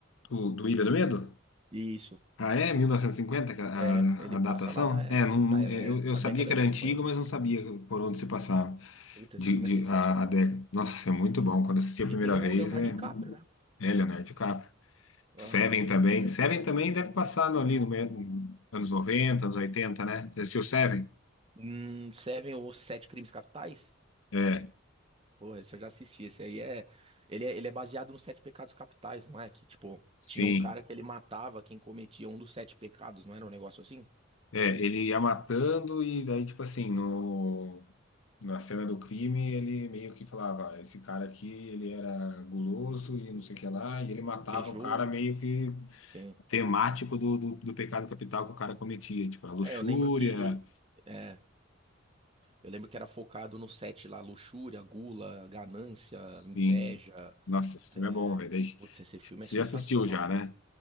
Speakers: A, on the left (about 75°); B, on the right (about 25°).
A: O, do Ilha do Medo?
B: Isso,
A: Ah, é? 1950 que a,
B: é, ele
A: a, a
B: passa
A: datação?
B: lá na,
A: É, não, não-
B: na, é,
A: eu, eu
B: na
A: sabia
B: década
A: que era
B: de
A: antigo,
B: 50.
A: mas não sabia por onde se passava
B: Puta, esse
A: de,
B: filme
A: de-
B: é sensacional,
A: a, a década.
B: cara.
A: Nossa, isso é muito bom. Quando assisti a
B: E
A: primeira
B: tem o
A: vez,
B: Leonardo
A: é,
B: DiCaprio, né?
A: é Leonardo DiCaprio. Seven
B: Ah, o filme
A: também.
B: com ele
A: Seven
B: é top.
A: também deve passar no- ali no, me- no- anos 90 anos oitenta né? Você assistiu Seven?
B: Hum, Seven ou Sete Crimes Capitais?
A: É,
B: Porra, esse eu já assisti. Esse aí é. Ele é, ele é baseado nos Sete Pecados Capitais, não é? Que, tipo,
A: sim.
B: tinha um cara que ele matava quem cometia um dos sete pecados, não era um negócio assim?
A: É, ele ia matando e daí, tipo assim, no. Na cena do crime, ele meio que falava, "Ah, esse cara aqui, ele era guloso e não sei o que lá, e ele matava
B: Invejoso.
A: o cara meio que
B: Sim.
A: temático do, do, do pecado capital que o cara cometia, tipo, a luxúria,
B: É, eu lembro que. É, eu lembro que era focado no sete lá: luxúria, gula, ganância,
A: sim.
B: inveja.
A: Nossa, esse filme
B: É...
A: é bom, velho. Daí,
B: Putz, esse filme
A: Você
B: é sensacional,
A: já assistiu já,
B: cara.
A: né?